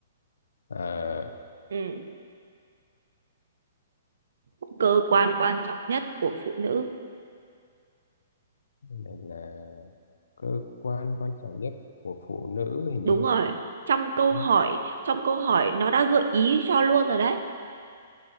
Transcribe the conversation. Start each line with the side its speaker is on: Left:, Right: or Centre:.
Left: À,
Right: Ừm, cơ quan quan trọng nhất của phụ nữ
Left: cái này là cơ quan quan trọng nhất của phụ nữ hình
Right: đúng
Left: như
Right: rồi trong câu
Left: Ừ.
Right: hỏi trong câu hỏi nó đã gợi ý cho luôn rồi đấy